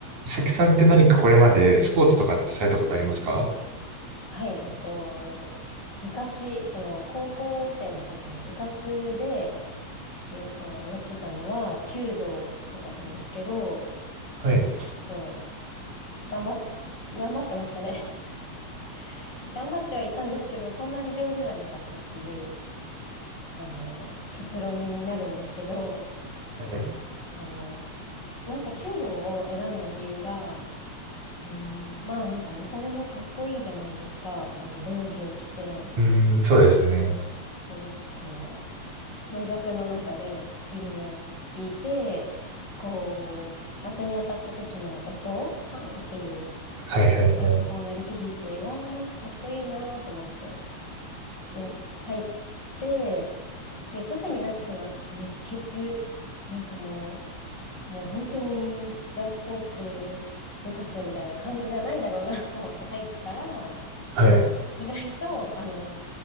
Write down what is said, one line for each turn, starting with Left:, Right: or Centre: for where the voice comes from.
Right: さきさんって何かこれまでスポーツとかってされたことありますか
Left: はい、えっと、昔、その高校生の時に部活で、えっと、やってたのは弓道とかなんですけど、
Right: はい。
Left: そう頑張っ、頑張ってましたね <laughs> 頑張ってはいたんですけど、そんなに上手じゃなかったっていう、あの、結論になるんですけど、
Right: はい。
Left: あの、なんか弓道を選んだ理由が、うーん、まあなんか見た目もかっこいいじゃないですか、ああいう道着を着て、
Right: うーん、そうですね。
Left: こうす、この、静寂の中で弓を引いて、こう、的に当たった時の音、パンっていう
Right: はいはい
Left: 音がこう鳴り響いて、わあ、なんかかっこいいなと思って、や、入って、で、特になんかその熱血、なんかもう、もう本当にザ・スポーツ部活みたいな感じじゃないだろうな <laughs> と思って入ったら、
Right: はい。はい。
Left: 意外と、あの、